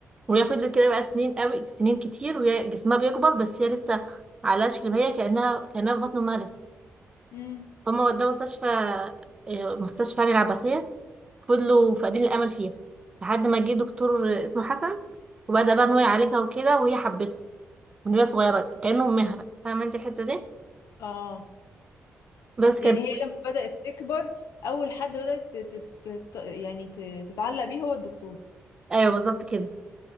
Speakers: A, on the right; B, on the left.
A: وهي فضلت كده بقى سنين قوي سنين كتير وهي جسمها بيكبر بس هي لسه على شكل ما هي كأنها كأنها في بطن امها لسه
B: امم
A: فهم ودوها مستشفى آه، مستشفى يعني العباسية فضلوا فاقدين الأمل فيها لحد ما جه دكتور آه، اسمه حسن وبدأ بقى إن هو يعالجها وكده وهي حبته من وهي صغيرة كأنه أمها بقى فاهمة أنت الحتة دي
B: اه
A: بس
B: يعني
A: كان
B: هي لما بدأت تكبر اول حد بدأت تت... تت... يعني ت... تتعلق بيه هو الدكتور
A: أيوه بالظبط كده